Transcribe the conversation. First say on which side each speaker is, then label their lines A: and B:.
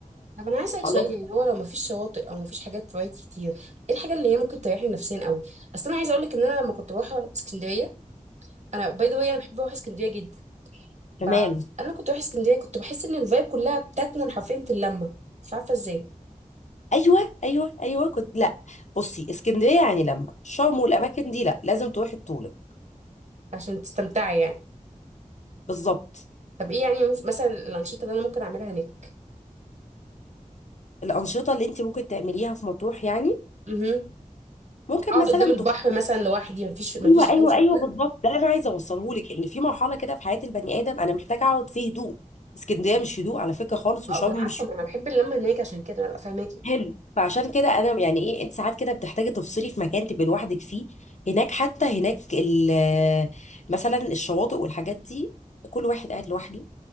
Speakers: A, on the right; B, on the left.
A: طب انا عايز اسالك
B: خلاص
A: سؤال يعني هو لو مفيش شواطئ او مفيش حاجات فوائد كتير ايه الحاجه اللي هي ممكن تريحني نفسيا قوي اصل انا عايزه اقول لك ان انا لما كنت بروح اسكندريه انا باي ذا واي انا بحب اروح اسكندريه جدا
B: تمام
A: فانا كنت بروح اسكندريه كنت بحس ان الفايب كلها بتكمن حرفيا في اللمه مش عارفه ازاي
B: ايوه ايوه ايوه كنت لا بصي اسكندريه يعني لما شرم والاماكن دي لا لازم تروحي بطوله
A: عشان تستمتعي يعني
B: بالظبط
A: طب ايه يعني مف- مثلا الانشطه اللي انا ممكن اعملها هناك
B: الانشطه اللي انت ممكن تعمليها في مطروح يعني
A: امم
B: ممكن
A: اقعد
B: مثلا
A: قدام البحر
B: تخ...
A: مثلا لوحدي مفيش مفيش
B: ايوه ايوه
A: دوشه
B: ايوه
A: كده
B: بالظبط ده اللي انا عايزه اوصله لك ان في مرحله كده في حياه البني ادم انا محتاجه اقعد فيه هدوء اسكندريه مش هدوء على فكره خالص
A: اه
B: وشرم
A: ما انا عارفه
B: مش
A: ما انا بحب اللمه هناك عشان كده انا ببقى فاهماكي
B: حلو فعشان كده انا يعني ايه انت ساعات كده بتحتاجي تفصلي في مكان تبقي لوحدك فيه هناك حتى هناك ال- مثلا الشواطئ والحاجات دي كل واحد قاعد لوحده